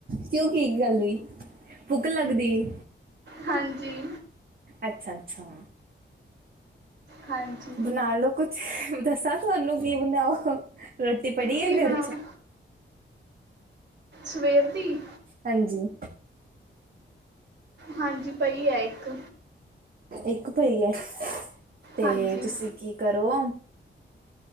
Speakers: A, on the right; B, on the right.
A: ਕਿਉਂ ਕਿ ਇੱਕ ਗੱਲ ਹੋਈ ਭੁੱਕ ਲੱਗਦੀ ਏ।
B: ਹਾਂਜੀ।
A: ਅੱਛਾ-ਅੱਛਾ।
B: ਹਾਂਜੀ।
A: ਬਣਾ ਲੌ ਕੁੱਛ ਦੱਸਾਂ ਤੁਹਾਨੂੰ ਕੀ ਬਣਾਓ। ਰੋਟੀ ਪੜੀ
B: ਕੀ
A: ਹੈ ਘਰ
B: ਬਣਾਵਾ?
A: ਚ
B: ਸਵੇਰ ਦੀ-
A: ਹਾਂਜੀ।
B: ਹਾਂਜੀ ਪਈ ਐ ਇੱਕ।
A: ਇੱਕ ਪਈ ਐ ਤੇ
B: ਹਾਂਜੀ
A: ਤੁਸੀਂ ਕੀ ਕਰੋ